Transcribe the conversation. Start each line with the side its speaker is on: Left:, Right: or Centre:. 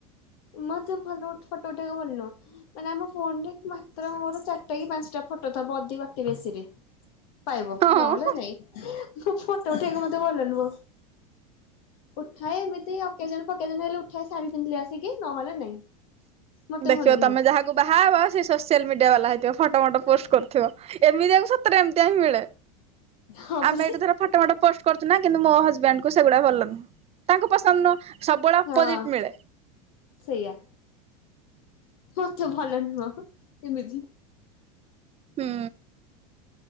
Left: ମତେ ଫଟ ଉଠେ ଫଟ ଉଠେଇ ଭଲ ନୁହଁ। <unintelligible> ମାନେ ଆମ ଫୋନରେ ମାତ୍ର ମୋର ଚାରିଟା କି ପାଞ୍ଚଟା ଫଟୋ ଥବ ଅତି ବାକି ବେଶୀରେ। ପାଇବ
Right: ହଁ।
Left: ନହେଲେ ନାଇଁ ଫଟୋ ଉଠେଇବାକୁ ମତେ ଭଲ ନୁହଁ। ଉଠାଏ ଏମିତି ଅକେଜନ ଫକେଜନ ହେଲେ ଉଠାଏ ଶାଡି ପିନ୍ଧିଲେ ଆସିକି ନହେଲେ ନାଇଁ। ମତେ
Right: ଦେଖିବ
Left: ଭଲ
Right: ତମେ
Left: ନୁହଁ
Right: ଯାହାକୁ ବାହାହବ। ସେ ସୋସିଆଲ ମିଡିଆ ବାଲା ହେଇଥିବ। ଫଟ ଫଟ ପୋଷ୍ଟ କରୁଥିବ। ଏମିତିଆକୁ ସତରେ ଏମିତିଆ ହିଁ ମିଳେ
Left: ହଁ
Right: ଆମେ
Left: ପରା
Right: ଏଇଠି ଧର ଫଟ ଫଟ ପୋଷ୍ଟ କରୁଚି ନା କିନ୍ତୁ ମୋ ହଜବେଣ୍ଡକୁ ସେଗୁଡା ଭଲ ନୁହଁ, ତାଙ୍କୁ ପସନ୍ଦ ନୁହଁ। ସବୁବେଳେ ଅପୋଜିଟ୍
Left: ହଁ
Right: ମିଳେ।
Left: ସେଇଆ। ମତେ ଭଲ ନୁହଁ ଏମିତି।
Right: ହୁଁ।